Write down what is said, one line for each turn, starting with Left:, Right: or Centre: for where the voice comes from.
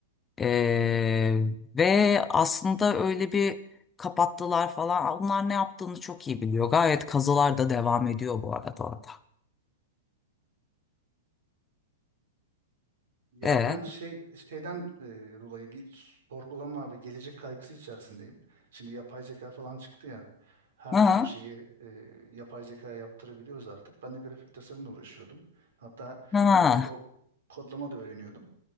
Left: Ee, ve aslında öyle bir kapattılar falan. Onlar ne yaptığını çok iyi biliyor. Gayet kazılar da devam ediyor bu arada orada.
Right: Ya
Left: E,
Right: ben şey şeyden e, dolayı bir sorgulama ve gelecek kaygısı içerisindeyim. Şimdi yapay zeka falan çıktı ya. Her
Left: ha,
Right: türlü şeyi e, yapay zekaya yaptırabiliyoruz artık. Ben de grafik tasarımla uğraşıyordum. Hatta
Left: ha.
Right: e, ko- kodlama da öğreniyordum.